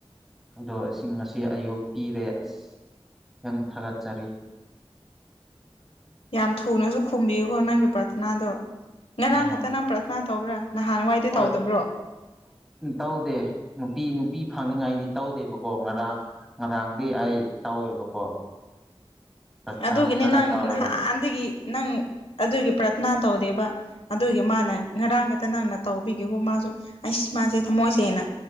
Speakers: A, in the centre; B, on the left (about 70°).
A: ꯑꯗꯣꯁꯤꯡ ꯉꯁꯤ ꯑꯌꯨꯛ ꯄꯤꯔꯦ ꯑꯁ ꯌꯥꯝ ꯊꯥꯒꯠꯆꯔꯤ ꯎꯝ <inaudible>
B: ꯌꯥꯝ ꯊꯨꯅꯁꯨ ꯈꯨꯝꯕꯤꯌꯨꯀꯣ ꯅꯪꯒꯤ ꯄ꯭ꯔꯊꯅꯥꯗꯣ ꯉꯔꯥꯡ
A: ꯎꯝ
B: ꯈꯛꯇ ꯅꯪ ꯄ꯭ꯔꯊꯅꯥ ꯇꯧꯕ꯭ꯔꯥ ꯅꯍꯥꯟꯋꯥꯏꯗꯤ
A: ꯍꯣꯏ
B: ꯇꯧꯗꯕ꯭ꯔꯣ
A: ꯇꯧꯗꯦ ꯅꯨꯄꯤ ꯅꯨꯄꯤ ꯐꯪꯅꯤꯡꯉꯥꯏꯗꯤ ꯇꯧꯗꯦꯕꯀꯣ ꯉꯔꯥꯡ ꯉꯔꯥꯡꯗꯤ ꯑꯩ ꯇꯧꯋꯦꯕꯀꯣ ꯄ꯭ꯔꯊꯅꯥ
B: ꯑꯗꯨꯒꯤꯅꯤ
A: ꯐꯖꯅ
B: ꯅꯪ
A: ꯇꯧꯔꯦꯕ
B: ꯅꯍꯥꯟꯗꯒꯤ ꯅꯪ ꯑꯗꯨꯒꯤ ꯄ꯭ꯔꯠ ꯊꯅꯥ ꯇꯧꯗꯦꯕ ꯑꯗꯨꯒꯤ ꯃꯥꯅ ꯉꯔꯥꯡ ꯈꯛꯇ ꯅꯪꯅ ꯇꯧꯕꯤꯒꯦꯒꯨ ꯃꯥꯁꯨ ꯑꯩꯁ ꯃꯥꯁꯦ ꯊꯃꯣꯏ ꯇꯦꯅ